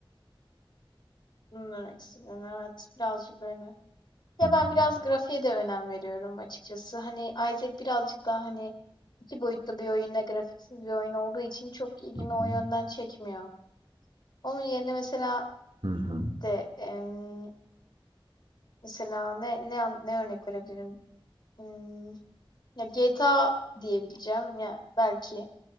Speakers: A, on the left (about 55°); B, on the right (about 70°).
A: bunu demek istediğin evet birazcık öyle. Ya
B: Hı hı,
A: ben biraz grafiğe de önem veriyorum açıkçası. Hani Isaac birazcık daha hani iki boyutlu bir oyunla grafiksiz bir oyun olduğu için çok ilgimi
B: hı
A: o
B: hı,
A: yönden çekmiyor. Onun yerine mesela
B: hı hı,
A: de em, mesela ne ne an- ne örnek verebilirim? Hmm, ya GTA diyebileceğim ya belki